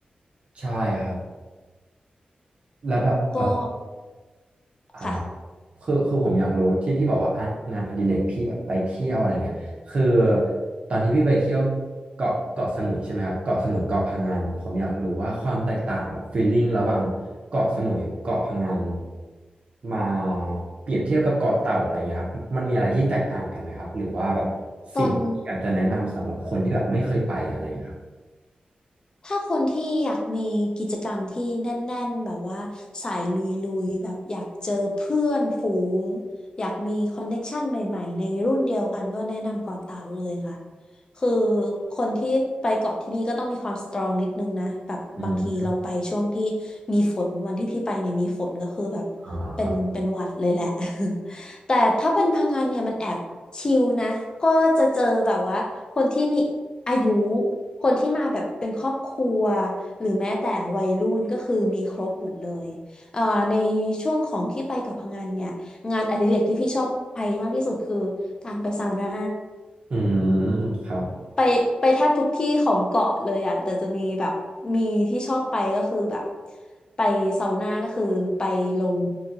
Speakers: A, on the right; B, on the left.
A: ใช่ครับแล้วแบบเออ
B: ก็
A: อ่า
B: ค่ะ
A: คือคือผมอยากรู้ที่พี่บอกว่างานอดิเรกพี่แบบไปเที่ยวอะไรเงี้ยคือตอนที่พี่ไปเที่ยวเกาะเกาะสมุยใช่ไหมครับเกาะสมุยเกาะพังงานผมอยากรู้ว่าความแตกต่างแบบฟีลลิ่งระหว่างเกาะสมุยเกาะพังงานมาเปรียบเทียบกับเกาะเต่าอะไรเงี้ยครับมันมีอะไรที่แตกต่างกันไหมครับหรือว่าแบบสิ่งที่อยากจะแนะนำสำหรับคนที่แบบไม่เคยไปอะไรเงี้ยครับ
B: ตอน ถ้าคนที่อยากมีกิจกรรมที่แน่นๆแบบว่าสายลุยๆแบบอยากเจอเพื่อนฝูงอยากมีคอนเน็กชันใหม่ๆในรุ่นเดียวกันก็แนะนำเกาะเต่าเลยค่ะคือคนที่ไปเกาะที่นี่ก็ต้องมีความสตรองนิดนึงนะแบบบางทีเราไปช่วงที่
A: อืม
B: มีฝนวันที่พี่ไปเนี่ยมีฝนก็คือแบบเป็นเป็นหวัดเลยแหละ
A: อ่าครับ
B: <laughs> แต่ถ้าเป็นพังงานเนี่ยมันแอบชิลนะก็จะเจอแบบว่าคนที่มีอายุ คนที่มาแบบเป็นครอบครัวหรือแม้แต่วัยรุ่นก็คือมีครบหมดเลยเอ่อในช่วงของที่ไปกับพังงานเนี่ยงานอดิเรกที่พี่ชอบไปมากที่สุดคือการไปซาวน่า
A: อืมครับผม
B: ไปไปแทบทุกที่ของเกาะเลยอะแต่จะมีแบบมีที่ชอบไปก็คือแบบไปซาวน่าก็คือไปลง